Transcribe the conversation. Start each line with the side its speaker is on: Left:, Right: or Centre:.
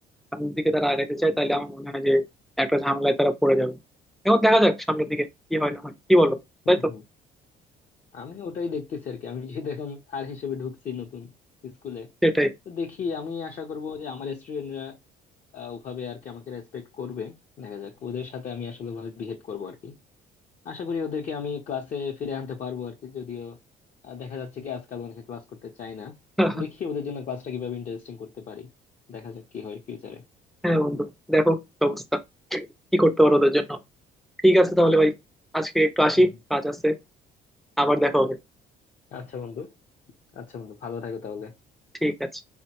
Centre: সামনের দিকে তারা আগাইতে চায় তাহলে আমার মনে হয় যে একটা ঝামেলায় তারা পড়ে যাবে এখন দেখা যাক সামনের দিকে কি হয় না হয় কি বলো
Left: হুম
Centre: তাই তো
Left: হুম আমি ওটাই দেখতেছি আর কি আমি যেহেতু এখন স্যার হিসেবে ঢুকছি নতুন স্কুলে
Centre: সেটাই
Left: তো দেখি আমি আশা করব যে আমার স্টুডেন্টরা ওভাবে আর কি আমাকে রেসপেক্ট করবে দেখা যাক ওদের সাথে আমি আসলে ওভাবে বিহেভ করবো আর কি আশা করি ওদেরকে আমি ক্লাসে ফিরে আনতে পারবো আর কি যদিও আহ, দেখা যাচ্ছে কি আজকাল অনেকে ক্লাস করতে চায় না
Centre: <laughs>
Left: দেখি ওদের জন্য ক্লাসটা কিভাবে ইন্টারেস্টিং করতে পারি দেখা যাক কি হয় ফিউচারে
Centre: হ্যাঁ বন্ধু দেখো কি অবস্থা কি করতে পারো ওদের জন্য ঠিক আছে তাহলে ভাই আজকে একটু আসি
Left: হুম, হুম।
Centre: কাজ আছে আবার দেখা হবে
Left: আচ্ছা বন্ধু আচ্ছা বন্ধু ভালো থাকো তাহলে
Centre: ঠিক আছে